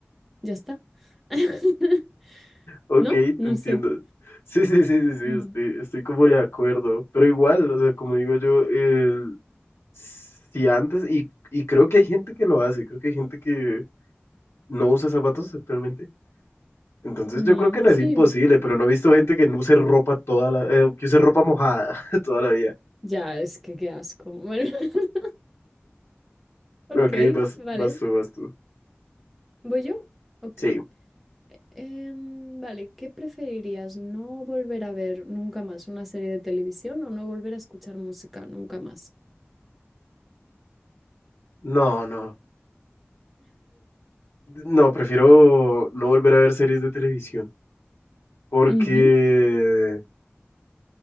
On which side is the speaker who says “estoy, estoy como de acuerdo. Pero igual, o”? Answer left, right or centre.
Left